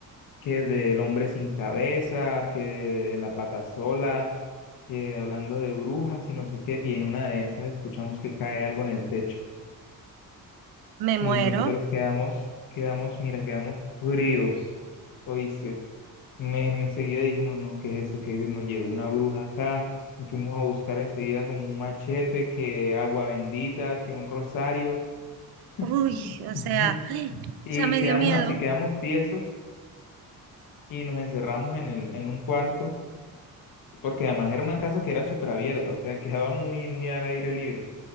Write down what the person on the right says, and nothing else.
Me
muero.
Uy,
o
sea, <gasps> o
sea, me
dio miedo.
O